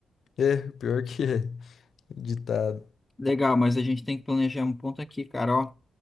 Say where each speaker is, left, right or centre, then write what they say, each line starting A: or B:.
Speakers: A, on the left; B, on the left.
A: É, pior que é. <laughs> Ditado.
B: Legal, mas a gente tem que planejar um ponto aqui, cara, ó.